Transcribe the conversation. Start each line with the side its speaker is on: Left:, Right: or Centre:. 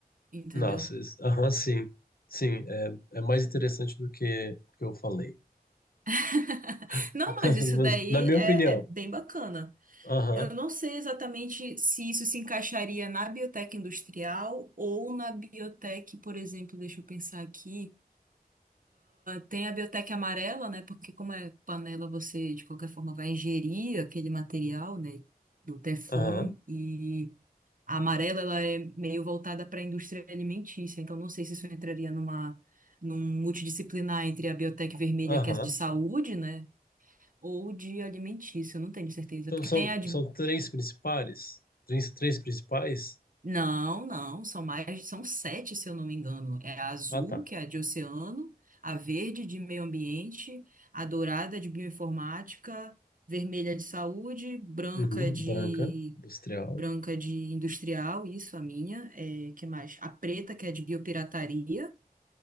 Right: entendeu?
Left: Nossa, isso- aham, sim. Sim, é, é mais interessante do que que eu falei.
Right: <laughs>
Left: <laughs>
Right: Não, mas isso
Left: Pelo menos
Right: daí
Left: Na minha
Right: é,
Left: opinião.
Right: é bem bacana.
Left: Aham.
Right: Eu não sei exatamente se isso se encaixaria na biotech industrial ou na biotech, por exemplo, deixa eu pensar aqui. Tem a biotec amarela, né? Porque como é panela, você de qualquer forma vai ingerir aquele material, né? Do Teflon
Left: Aham.
Right: e a amarela ela é meio voltada para a indústria alimentícia. Então não sei se isso entraria numa num multidisciplinar entre a biotec vermelha
Left: Aham.
Right: que é de saúde, né? Ou de alimentícia, eu não tenho certeza,
Left: Então
Right: porque
Left: são,
Right: tem a de
Left: são três principais? Três, três principais?
Right: Não, não, são mais, são sete, se eu não me engano. É a azul,
Left: Ah, tá.
Right: que é a de oceano, a verde de meio ambiente, a dourada de bioinformática, vermelha de saúde, branca
Left: Uhum.
Right: de
Left: Branca, industrial.
Right: branca de industrial, isso a minha, é, que mais? A preta que é de biopirataria,